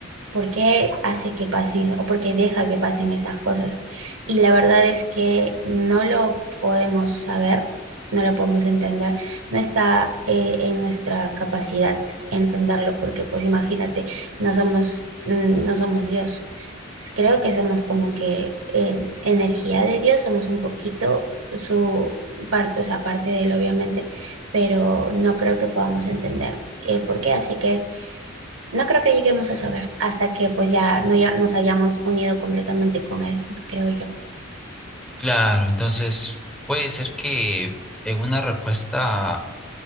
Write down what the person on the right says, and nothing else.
¿Por qué hace que pasen o por qué deja que pasen esas cosas? Y la verdad es que no lo podemos saber, no lo podemos entender, no está eh, en nuestra capacidad entenderlo, porque pues imagínate, no somos, mm, no somos Dios. S- Creo que somos como que eh, energía de Dios, somos un poquito su parte, o sea, parte de él obviamente, pero no creo que podamos entender el por qué, así que no creo que lleguemos a saber hasta que pues ya, no, ya nos hayamos unido completamente con él, creo yo.